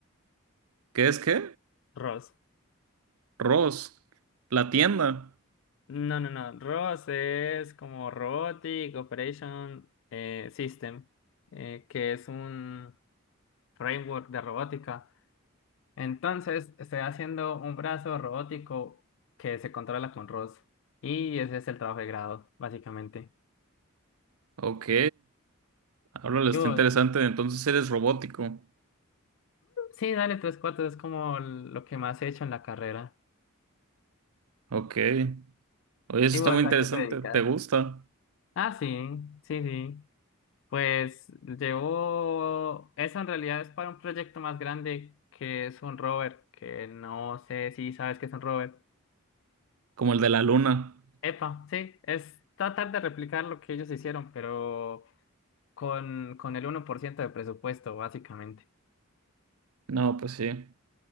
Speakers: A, on the right; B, on the left.
A: ¿Qué es qué?
B: ROS.
A: Ross, la tienda.
B: No, no, no. ROS es como Robotic Operation eh, System, eh, que es un framework de robótica. Entonces, estoy haciendo un brazo robótico que se controla con ROS. Y ese es el trabajo de grado, básicamente.
A: Ok. Háblale,
B: Y
A: está
B: vos,
A: interesante. Entonces eres robótico.
B: sí, dale tres cuartos, es como lo que más he hecho en la carrera.
A: Ok. Oye, eso
B: ¿Y
A: está
B: vos
A: muy interesante.
B: a qué te dedicas?
A: ¿Te gusta?
B: Ah, sí, sí, sí. Pues llevo, eso en realidad es para un proyecto más grande que es un rover, que no sé si sabes qué es un rover.
A: Como el de la luna.
B: Epa, sí, es tratar de replicar lo que ellos hicieron, pero con, con el uno por ciento de presupuesto, básicamente.
A: No, pues sí.